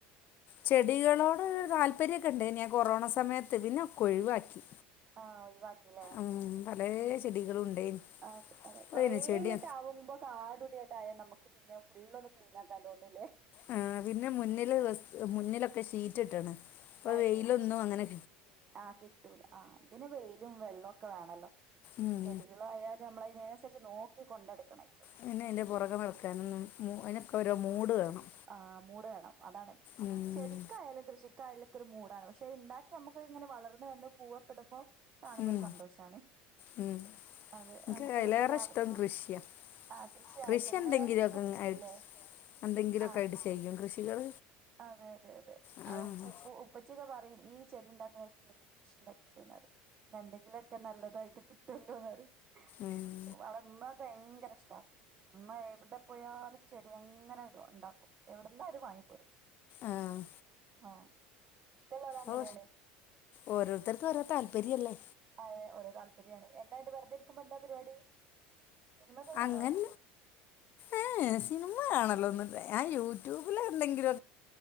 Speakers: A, on the left; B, on the right.
A: ചെടികളോട് താല്പര്യമൊക്കെ ഉണ്ട്നി ാൻ കൊറോണ സമയത്ത് പിന്നെ ഒ ഒഴിവാക്കി
B: ആഹ ഒഴിവാക്കില്ലേ
A: ഉം, പല
B: ഉ
A: ചെടികളും ഉണ്ടായിന്
B: അതെ അതെ
A: അപ്പോൾ
B: കൊറെേങ്ങോട്ട്
A: പിന്നെ ചെടിയ
B: ആകുമ്പോ കാടുടിയായിട്ട ആയാ നമുക്ക് പിന്നെ ഫള് ഒന്ന് ക്ലീൻ ആക്കാൻ തോന്നൂില്ലേ
A: ആ പിന്നെ മുന്നിൽ മുന്നിലൊക്കെ ഷീറ്റ് ഇട്ടാണ് അപ്പൊ
B: അത്
A: വെയിലൊന്നും
B: ശരി
A: അങ്ങനെി
B: ആഹ് കിട്ടൂല ആ് ഇതിന് വെയിലും വെള്ളവും ഒക്കെ വേണല്ലോ
A: ഉം.
B: ചെടികളായാലും നമ്മള അതിനനുസരിച്ച് നോക്കി കൊണ്ടെടുക്കണം
A: പിന്നെ അതിന്റെ പുറകെ വറക്കാന അതിനൊക്കെ ഒരുരോ മൂട്് വേണം
B: ആ് മൂട് വേണം അതാണ്
A: ഉം.
B: ചെടിക്കായാലും കൃഷി കായലൊക്കെ ഒരു മൂടാണ് പക്ഷെ ണ്ടാക്കി അമ്മുക്ക് ഇങ്ങനെ വളർന്ന് വന്ന് പൂവൊെടുമ്പോ കാണുമ്പോ
A: ഉം.
B: ഒരു സന്തോഷാണ്
A: ഉം
B: അതെ
A: എനിക്ക്
B: നമുക്കൊരിപ്പോൊ
A: അതിലേറെ
B: രാവിലത്തെെ
A: ഇഷ്ടം കൃഷിയാണ്
B: ആഹ് കൃഷിയായ
A: കൃഷി
B: ചെടിനോടാട്
A: എന്തെങ്കിലുമൊക്കെ
B: ഇഷ്ടം
A: ഇങ്ങ-
B: കൃഷില്ലേ
A: എന്തെങ്കിലുമൊക്കെ
B: ആ
A: ആട്ട് ചെയ്യും കൃഷികൾ
B: അതെ അതെ
A: ആഹ്
B: അതെ ഉപ്പ് ഉപ്പച്ചൊക്കെ പറയും ഈ ചെടി ഉണ്ടാക്കണ്ക്ക് ങ്ങക്ക് കൃഷി ണ്ടാക്കിക്കൂടെ നറിം ന്ന ന്തെങ്കിലൊക്കെ നല്ലതായിട്ട് കി <unintelligible>
A: ഉം
B: അടെ മ്മക്കെ ഭയങ്കര ഇഷ്ടാ അ്മ്മ എവിടെ പോയാലും ചെടി അങ്ങനെ ടും ണ്ടാക്കും എവിടുന്നലും വങ്ങിപോരും
A: ആഹ്
B: ഹാ ഇഷ്ടല്ലോല് അങ്ങനെയാണ്
A: ഓ ഓരോരുത്തർക്കും ഓരോ താല്പര്യല്ലേ
B: അതെ ഓരോ താല്പര് ബിരിയാണി എന്താണ്ട് വെറുതെ ഇരിക്കുമ്പോ എന്താ പരിപാടി സിനിമ ഒക്കെ കാണോ
A: അങ്ങന ഏ സിനിമ കാണല്ലോ ഒന്നും ഞാൻ യൂട്യൂബിൽ എന്തെങ്കിലും